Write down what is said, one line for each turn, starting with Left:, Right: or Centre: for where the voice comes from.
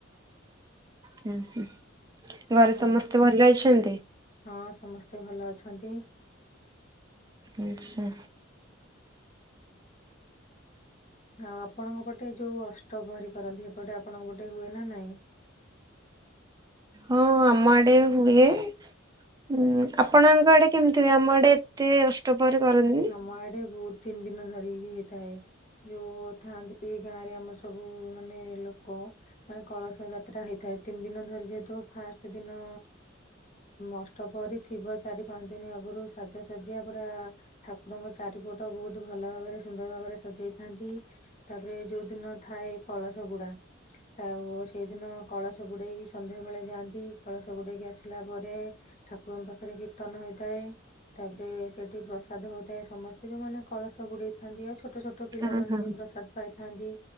Right: ହୁଁ ହୁଁ ଘରେ
Left: ହଁ
Right: ସମସ୍ତେ ଭଲ ଅଛନ୍ତି।
Left: ହଁ ସମସ୍ତେ ଭଲ ଅଛନ୍ତି।
Right: ଆଚ୍ଛା।
Left: ଆଉ ଆପଣଙ୍କ ପଟେ ଯୋଉ ଅଷ୍ଟ ପ୍ରହରି କରନ୍ତି ହେ ପଟେ ଆପଣଙ୍କ ପଟେ ହୁଏ ନା ନାଇଁ।
Right: ହଁ ଆମ ଆଡେ ହୁଏ। ହୁଁ ଆପଣଙ୍କ ଆଡେ କେମତି ହୁଏ ଆମ ଆଡେ। ଏତେ ଅଷ୍ଟ ପହରି କରନ୍ତି।
Left: ଆମ ଆଡେ ବୋହୁତ ତିନି ଦିନ ଧରିକି ହେଇଥାଏ। ଯୋଉ ଥାଆନ୍ତି ଗାଁ ରେ ଆମର ସବୁ ମାନେ ଲୋକ। ମାନେ କଳସ ଯାତ୍ରା ହେଇଥାଏ ତିନି ଦିନ ଧରି ଯେହେତୁ ଫାଷ୍ଟ ଦିନ ଅଷ୍ଟ ପହରୀ ଥିବ ଚାରି ପାଞ୍ଚ ଦିନି ଆଗରୁ ସାଜସଜ୍ଜା ପୁରା ଠାକୁରଙ୍କ ଚାରିପଟ ବୋହୁତ ଭଲ ଭାବରେ ସୁନ୍ଦର ଭାବରେ ସଜେଇଥାନ୍ତି। ତାପରେ ଯୋଉ ଦିନ ଥାଏ କଳସ ବୁଡା ଆଉ ସେଇଦିନ କଳସ ବୁଡେଇ ସନ୍ଧ୍ୟା ବେଳେ ଯାଆନ୍ତି କଳସ ବୁଡେଇକି ଆସିଲା ପରେ ଠାକୁରଙ୍କ ପାଖରେ କୀର୍ତ୍ତନ ହୋଇଥାଏ। ତାପରେ ସେଠି ପ୍ର ପ୍ରସାଦ ହଉଥାଏ ସମସ୍ତେ ଯୋଉମାନେ କଳସ ବୁଡେଇଥାନ୍ତି ଆଉ ଛୋଟ ଛୋଟ ପିଲାମାନେେ
Right: ହଁ ହଁ
Left: ବି ପ୍ରସାଦ ପାଇଥାନ୍ତି।